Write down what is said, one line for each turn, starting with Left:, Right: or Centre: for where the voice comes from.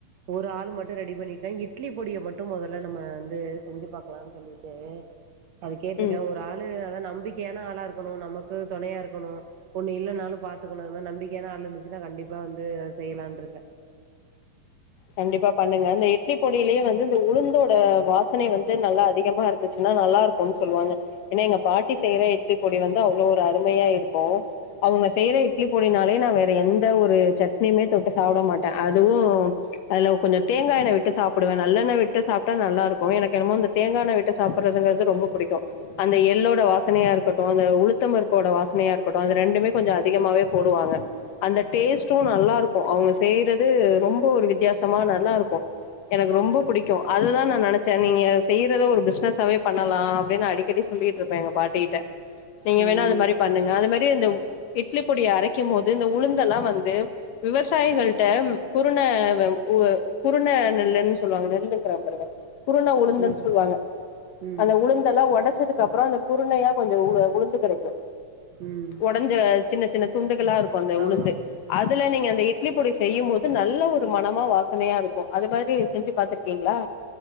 Right: ஒரு ஆள் மட்டு ரெடி பண்ணிட்டே இட்லி பொடிய மட்டு மொதல்ல நம்ம வந்து செஞ்சு பாக் ப்ளான் பண்ணிட்டு அது கேட்டிருக்கே
Left: ம்
Right: ஒரு ஆளு அதா நம்பிக்கையான ஆளா இருக்கணு நமக்கு துணையா இருக்கணு ஒன்னு இல்லனாலு பாத்துக்கணு அது மாறி நம்பிக்கையானா ஆள் இருந்துச்சுன்னா கண்டிப்பா வந்து செய்யலான்னு இருக்கே
Left: கண்டிப்பா பண்ணுங்க அந்த இட்லி பொடிலேயே வந்து இந்த உளுந்தோட வாசனை வந்து நல்லா அதிகமா இருந்துச்சுன்னா நல்லா இருக்குனு சொல்லுவாங்க ஏனா எங்க பாட்டி செய்யற இட்லி பொடி வந்து அவ்ளோ ஒரு அருமையா இருக்கு அவுங்க செய்ற இட்லி பொடினாலே நா வேற எந்த ஒரு சட்னியுமே தொட்டு சாப்ட மாட்டே அதுவு அதுல கொஞ்சோ தேங்கா எண்ண விட்டு சாப்டுவே நல்லண்ணெ விட்டு சாப்டா நல்லா இருக்கு எனக்கு என்னமோ இந்த தேங்கா எண்ண விட்டு சாப் றதுங்குறது ரொம்ப புடிக்கு அந்த எல்லோட வாசனையா இருக்கட்டு அந்த உளுத்த பருப்போட வாசனையா இருக்கட்டு அது ரெண்டுமே கொஞ்சோ அதிகமாவே போடுவாங்க அந்த டேஸ்ட்டு நல்லாருக்கு அவுங்க செய்யறது ரொம்ப ஒரு வித்தியாசமா நல்லா இருக்கு எனக்கு ரொம்ப பிடிக்கு அதுதா நா நெனச்சே நீங்க செய்றத ஒரு பிஸ்னஸ்சாவே பண்ணலா அப்டின்னு அடிக்கடி சொல்லிட்டுருப்பே எங்க பாட்டி கிட்ட நீங்க
Right: ம்
Left: வேணா அது மாறி பண்ணுங்க அது மாறி இந்த இட்லி பொடிய அரைக்கும் போது இந்த உளுந்தெல்லா வந்து விவசாயிகள்ட்ட குருண வந் உ குருண நெல்ன்னு சொல்லுவாங்க நெல்லுங்கிற பாருங்க குருண உளுந்துன்னு
Right: உளுந்து
Left: சொல்லுவாங்க
Right: ம்
Left: அந்த உளுந்தெல்லா உடச்சதுக்கு கப்றோ அந்த குருணையா கொஞ்சோ உளு உளுந்து கெடைக்கு
Right: ம்
Left: உடஞ்ச சின்ன சின்ன துண்டுக் களா இருக்கு அந்த உளுந்து
Right: ஆமா
Left: அதுல நீங்க அந்த இட்லி பொடி செய்யு போது நல்ல ஒரு மனம் மா வாசனையா இருக்கு அது மாறி செஞ்சு பாத்தீருக்கீங்களா